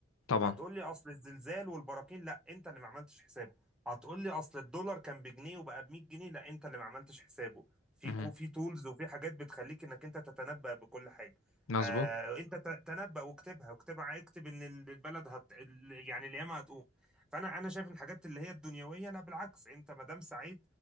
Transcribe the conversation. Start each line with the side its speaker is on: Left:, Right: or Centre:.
Left: طبعا
Centre: هتقول لي اصل الزلزال والبراكين لا انت اللي ما عملتش حسابه هتقول لي اصل الدولار كان بجنيه وبقى ب 100 جنيه لا انت اللي ما عملتش حسابه في
Left: مهم.
Centre: كو في تولز وفي حاجات بتخليك انك انت تتنبأ بكل حاجه
Left: مظبوط
Centre: آه انت ت- تنبأ واكتبها واكتبها اكتب ان ال- البلد هت ال- يعني القيامه هتقوم فانا انا شايف إن الحاجات اللي هي الدنيويه لا بالعكس انت ما دام سعيد